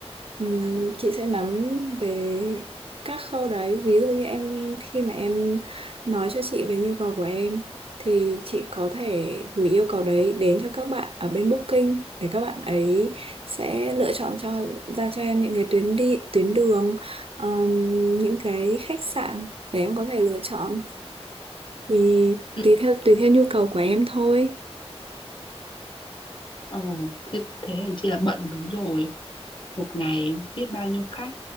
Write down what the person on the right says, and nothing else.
Ừm, chị sẽ nắm về các khâu đấy ví dụ như em khi mà em nói cho chị về nhu cầu của em thì chị có thể gửi yêu cầu đấy đến cho các bạn ở bên Booking để các bạn ấy sẽ lựa chọn cho ra cho em những cái tuyến đi tuyến đường ừm, những cái khách sạn để em có thể lựa chọn thì
tùy theo tùy theo nhu cầu của em thôi